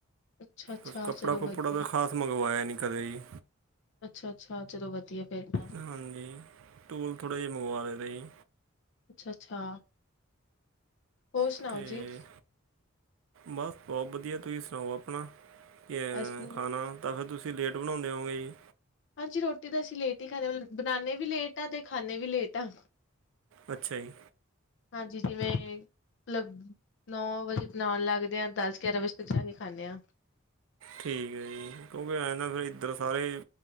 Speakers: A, on the left; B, on the right.
A: ਅੱਛਾ-ਅੱਛਾ
B: ਉਸ ਕੱਪੜਾ
A: ਚਲੋ
B: ਕੁਪੜਾ
A: ਵਧੀਆ
B: ਤਾਂ ਖਾਸ ਮੰਗਵਾਇਆ ਨਹੀਂ ਕਦੇ ਜੀ
A: ਅੱਛਾ, ਅੱਛਾ ਚਲੋ ਵਧੀਆ। ਫੇਰ ਤਾਂ
B: ਹਾਂਜੀ, ਟੂਲ ਥੋੜ੍ਹਾ ਜਿਹਾ ਮੰਗਵਾ ਲਇਦਾ ਜੀ।
A: ਅੱਛਾ ਅੱਛਾ ਹੋਰ ਸੁਣਾਓ
B: ਅਤੇ
A: ਜੀ
B: ਬਸ ਬਹੁਤ ਵਧੀਆ ਤੁਸੀਂ ਸੁਣਾਓ ਆਪਣਾ ਕਿ
A: ਅਸੀਂ
B: ਖਾਣਾ ਤਾਂ ਫਿਰ ਤੁਸੀਂ ਲੇਟ ਬਣਾਉਂਦੇ ਹੋਗੇ ਜੀ
A: ਹਾਂਜੀ ਰੋਟੀ ਤਾਂ ਅਸੀਂ ਲੇਟ ਹੀ ਖਾਂਦੇ ਬਣਾਉਦੇ ਵੀ ਲੇਟ ਆ ਤੇ ਖਾਂਦੇ ਵੀ ਲੇਟ ਆਂ
B: ਅੱਛਾ ਜੀ
A: ਹਾਂਜੀ ਜਿਵੇਂ ਲਬ ਨੌ ਵਜੇ ਬਣਾਉਣ ਲੱਗਦੇ ਆ ਦਸ ਗਿਆਰਾਂ ਵਜੇ ਤੱਕ ਜਾ ਕੇ ਖਾਂਦੇ ਆਂ
B: ਠੀਕ ਏ ਜੀ ਕਿਉਂਕਿ ਐਂ ਨਾ ਫਿਰ ਇੱਧਰ ਸਾਰੇ